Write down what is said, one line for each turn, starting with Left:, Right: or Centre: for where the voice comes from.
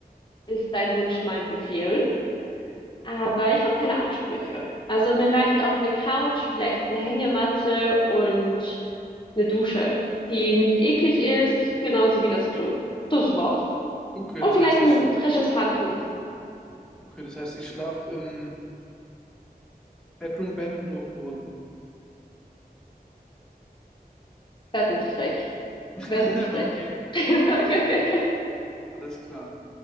Left: ist dein Wunsch mein Befehl. Aber ich habe keine Ansprüche. Also mir reicht auch eine Couch, vielleicht auch eine Hängematte und eine Dusche, die nicht eklig ist, genauso wie das Klo. Das war's.
Centre: Okay,
Left: Und
Centre: das
Left: vielleicht
Centre: heißt, ich,
Left: ein frisches Handtuch.
Centre: okay, das heißt, ich schlafe im Bedroom-Bett und du auf dem Boden.
Left: Werd nicht frech.
Centre: <laughs>
Left: Werd nicht frech.
Centre: Okay,
Left: <laughs>
Centre: okay, alles klar.